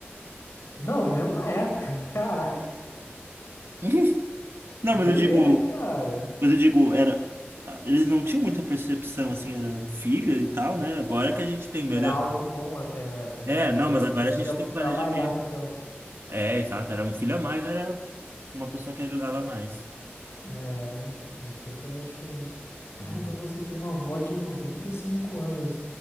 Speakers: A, on the left (about 85°); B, on the right (about 70°).
A: Não, mesmo na época. <laughs> Caraca.
B: <laughs> Não,
A: Guerreira,
B: mas eu digo,
A: cara.
B: mas eu digo, era, eles não tinham muita percepção, assim, era filho e tal, né? Agora que a gente tem, meu
A: Era
B: Deus.
A: algo bom até na época, né?
B: É,
A: né? Porque
B: não,
A: aí
B: mas agora
A: podia
B: a gente tem planejamento.
A: trabalhar no campo.
B: É, exato. Era um filho a mais, era uma pessoa que ajudava mais.
A: É, hoje eu tô totalmente diferente. Cara,
B: Uhum.
A: então você tem uma avó de 95 anos.